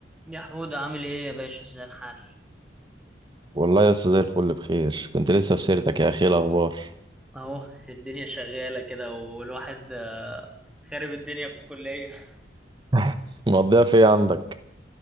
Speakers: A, in the centre; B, on the right.
A: يا حود عامل ايه يا باشا ازاي الحال
B: والله يا أستاذ زي الفل بخير كنت لسه في سيرتك يا اخي إيه الاخبار
A: اهو الدنيا شغالة كده والواحد خارب الدنيا في الكلية <laughs>
B: <laughs> مقضيها في ايه عندك